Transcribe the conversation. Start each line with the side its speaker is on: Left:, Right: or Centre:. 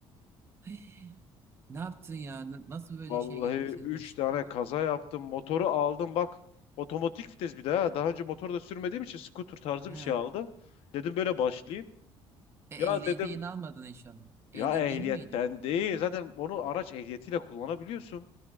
Right: <gasps> Ne yaptın ya? N- Nasıl böyle
Left: Vallahi
Right: şey geldi
Left: 3
Right: senin başına?
Left: tane
Right: ya?
Left: kaza yaptım. Motoru aldım bak. Otomatik vites bir de ha. Daha önce motor da sürmediğim için scooter tarzı
Right: Ha.
Left: bir şey aldım. Dedim böyle başlayayım.
Right: E, ehliyeti
Left: Ya dedim
Right: yeni almadın inşallah.
Left: ya
Right: Ehliyet
Left: ehliyetten
Right: yeni miydi?
Left: değil. Zaten onu araç ehliyetiyle kullanabiliyorsun.